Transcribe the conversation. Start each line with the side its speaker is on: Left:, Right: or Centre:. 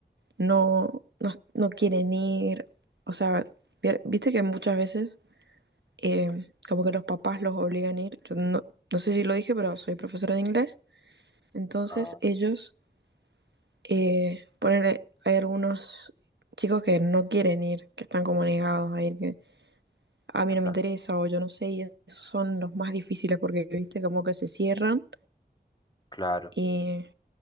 Right: no, no, no quieren ir, o sea, vi- viste que muchas veces eh, como que los papás los obligan a ir. Yo no, no sé si lo dije, pero soy profesora de inglés. Entonces
Left: Ah,
Right: ellos, eh, ponele, hay algunos chicos que no quieren ir, que están como negados a ir, que a mí
Left: cla-
Right: no me interesa o yo no sé, y esos son los más difíciles porque, viste, como que se cierran
Left: claro.
Right: y